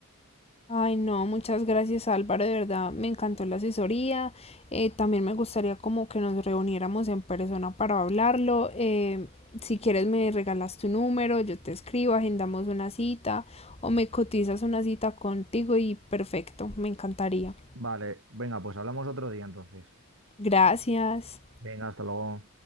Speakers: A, on the left; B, on the right.
A: Ay, no, muchas gracias Álvaro, de verdad me encantó la asesoría. Eh, también me gustaría como que nos reuniéramos en persona para hablarlo. Eh, si quieres me regalas tu número, yo te escribo, agendamos una cita o me cotizas una cita contigo y perfecto, me encantaría.
B: Vale, venga, pues hablamos otro día entonces.
A: Gracias.
B: Venga, hasta luego.